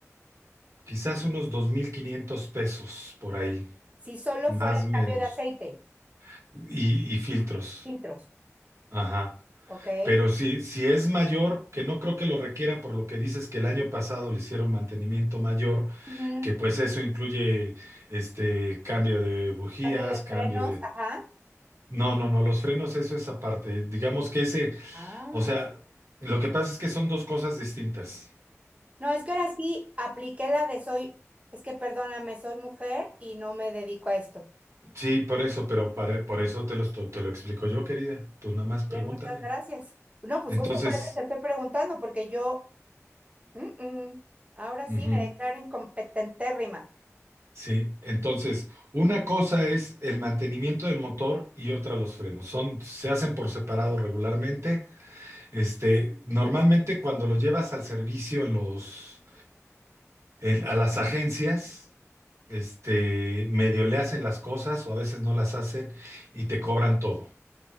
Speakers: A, on the right (about 60°); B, on the right (about 25°).
A: quizás unos 2.500 pesos por ahí,
B: Si solo
A: más
B: fuera
A: menos,
B: cambio de aceite,
A: y, y filtros.
B: filtros,
A: Ajá.
B: ¿ok?
A: Pero si, si es mayor, que no creo que lo requiera por lo que dices que el año pasado le hicieron mantenimiento mayor,
B: Ujú.
A: que pues eso incluye este cambio de bujías,
B: Cambio de
A: cambio
B: frenos,
A: de...
B: ajá.
A: No, no, no, los frenos, eso es aparte. Digamos que ese,
B: Ah.
A: o sea, lo que pasa es que son dos cosas distintas.
B: No, es que ahora sí apliqué la de soy, es que perdóname, soy mujer y no me dedico a esto.
A: Sí, por eso, pero para- por eso te lo, estu- te lo explico yo, querida. Tú nada más pregúntame.
B: Bien, muchas gracias. No, pues
A: Entonces,
B: justo por eso te estoy preguntando, porque yo, mm, mm, ahora
A: ujú,
B: sí me declaro incompetentérrima.
A: sí, entonces, una cosa es el mantenimiento del motor y otra los frenos. Son, se hacen por separado regularmente. Este, normalmente cuando lo llevas al servicio en los, en- a las agencias, este, medio le hacen las cosas o a veces no las hacen y te cobran todo.